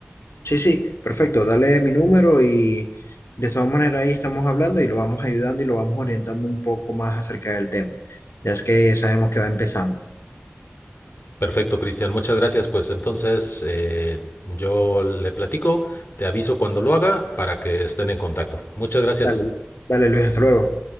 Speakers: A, on the left; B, on the left.
A: Sí, sí, perfecto. Dale mi número y de todas maneras ahí estamos hablando y lo vamos ayudando y lo vamos orientando un poco más acerca del tema. Ya es que sabemos que va empezando.
B: Perfecto, Cristian. Muchas gracias. Pues entonces eh, yo le platico, te aviso cuando lo haga para que estén en contacto. Muchas gracias.
A: Dale, dale Luis, hasta luego.